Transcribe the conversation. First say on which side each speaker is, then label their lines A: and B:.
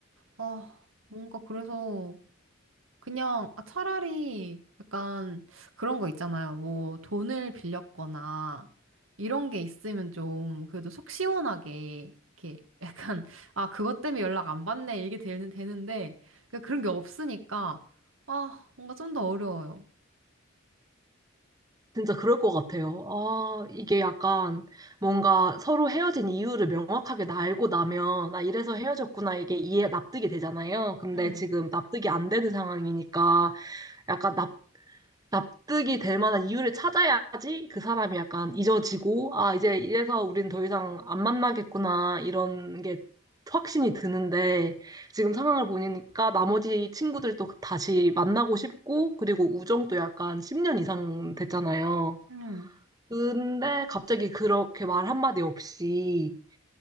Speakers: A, on the right; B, on the right.
A: 아, 뭔가 그래서 그냥 아, 차라리 약간 그런 거 있잖아요. 뭐 돈을 빌렸거나 이런 게 있으면 좀 그래도 속 시원하게 이렇게 <laughs> 약간 아 그것 때문에 연락 안 받네 이게 되는 되는데 그러니까 그런 게 없으니까 아 뭔가 좀 더 어려워요.
B: 진짜 그럴 것 같아요. 아, 이게 약간 뭔가 서로 헤어진 이유를 명확하게 나 알고 나면, 아, 이래서 헤어졌구나, 이게 이해, 납득이 되잖아요. 근데
A: 응
B: 지금 납득이 안 되는 상황이니까 약간 납, 납득이 될 만한 이유를 찾아야지 그 사람이 약간 잊어지고, 아, 이제 이래서 우린 더 이상 안 만나겠구나, 이런 게 확신이 드는데, 지금 상황을 보니까 나머지 친구들도 다시 만나고 싶고, 그리고 우정도 약간 10년 이상 됐잖아요.
A: 응
B: 근데 갑자기 그렇게 말 한마디 없이